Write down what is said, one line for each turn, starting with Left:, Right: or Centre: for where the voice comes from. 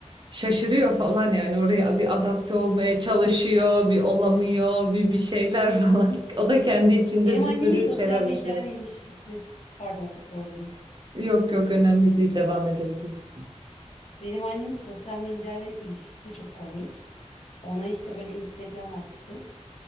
Right: şaşırıyor falan yani oraya bir adapte olmaya çalışıyor, bir olamıyor, bir bir şeyler <laughs> falan. O da kendi içinde
Left: Benim
Right: bir
Left: annemin
Right: sürü
Left: sosyal
Right: şeyler
Left: medyayla
Right: yaşıyor.
Left: ilişkisi, pardon böldüm.
Right: Yok yok önemli değil devam edebiliriz.
Left: Benim annemin sosyal medyayla ilişkisi çok komik. Ona işte böyle Instagram açtık.